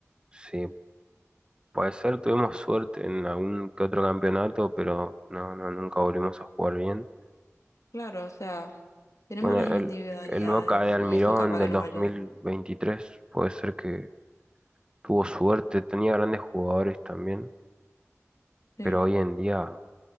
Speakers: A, on the right (about 20°); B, on the left (about 85°).
A: sí, puede ser, tuvimos suerte en algún que otro campeonato, pero no, no, nunca volvimos a jugar bien.
B: Claro, o sea, tenemos
A: Bueno,
B: las
A: el,
B: individualidades
A: el Boca de Almirón
B: y eso capaz
A: del
B: que nos
A: 2023
B: ayuda.
A: puede ser que tuvo suerte, tenía grandes jugadores también,
B: Sí.
A: pero hoy en día